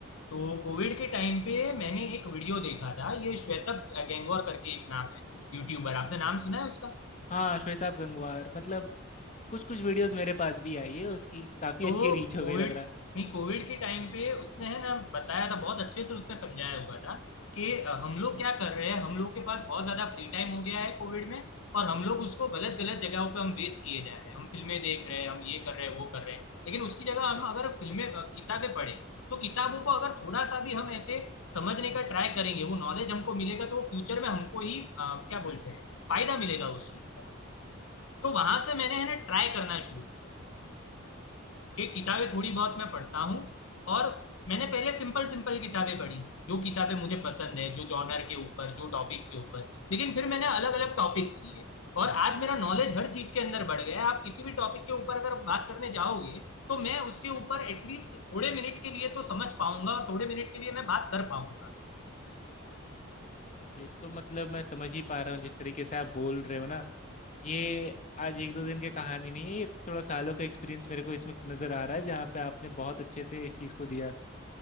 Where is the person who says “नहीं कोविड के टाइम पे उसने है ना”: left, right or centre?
Left